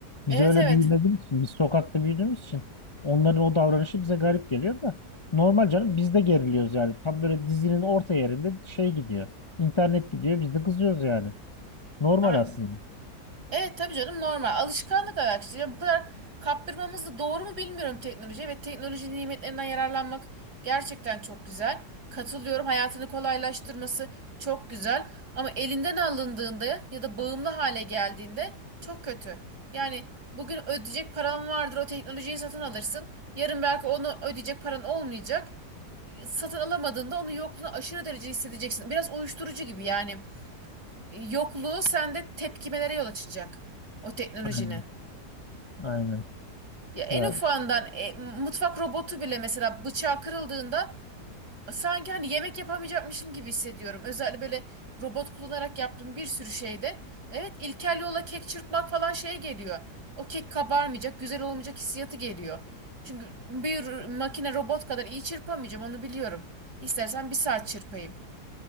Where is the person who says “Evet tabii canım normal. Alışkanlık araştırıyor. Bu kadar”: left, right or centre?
Right